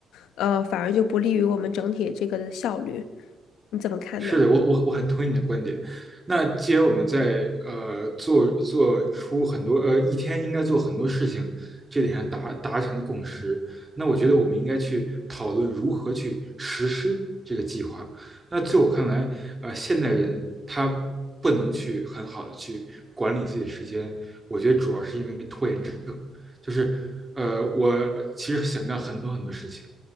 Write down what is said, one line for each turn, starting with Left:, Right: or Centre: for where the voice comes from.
Left: 呃，反而就不利于我们整体这个的效率。你怎么看呢？
Right: 是的，我我我很同意你的观点。那既然我们在呃做做出很多呃一天应该做很多事情这点上达达成了共识，那我觉得我们应该去讨论如何去实施这个计划。那在我看来，呃，现代人他不能去很好的去管理自己的时间，我觉得主要是因为拖延症，就是呃我其实想干很多很多事情。